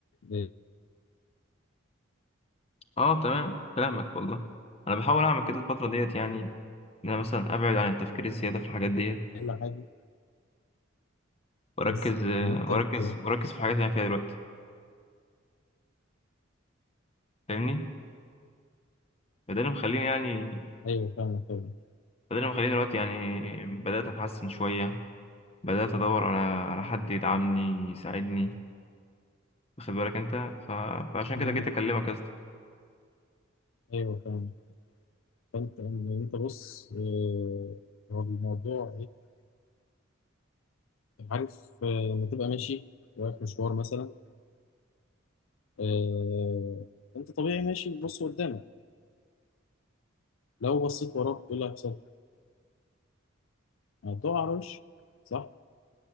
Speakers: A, on the left; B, on the left.
A: آه،
B: أه تمام كلامك والله أنا بحاول أعمل كده الفترة ديت يعني إن أنا مثلا أبعد عن التفكير الزيادة في الحاجات ديت
A: كل حاجة
B: وأركز
A: بس
B: آه،
A: إن أنت
B: وأركز
A: ت-
B: وأركز في الحاجات اللي أنا فيها دلوقتي فاهمني؟ فده اللي مخليني يعني
A: أيوه فاهمة فاهمة
B: فده اللي مخليني دلوقتي يعني بدأت أتحسن شوية بدأت أدور على على حد يدعمني يساعدني واخد بالك أنت ف... فعشان
A: مم،
B: كده جيت أكلمك يا اسطى
A: أيوه فاهمة فانت يعني انت بص آه، هو الموضوع ايه عارف آه، لما تبقى ماشي رايح مشوار مثلا آه، انت طبيعي ماشي بتبص قدامك لو بصيت وراك ايه اللي هيحصل؟ هتقع على وشك صح؟